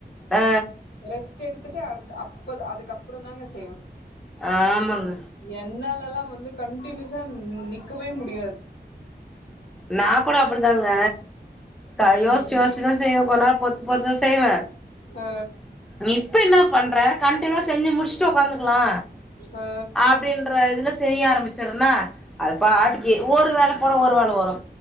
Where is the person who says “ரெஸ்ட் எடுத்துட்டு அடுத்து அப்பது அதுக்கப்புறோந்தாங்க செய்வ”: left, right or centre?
Left